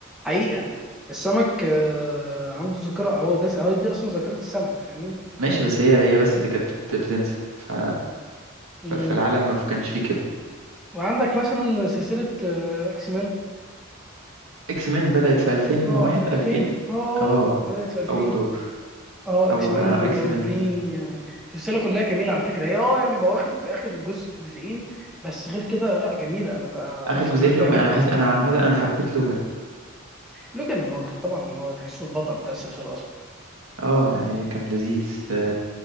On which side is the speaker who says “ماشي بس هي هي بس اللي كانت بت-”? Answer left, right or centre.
Right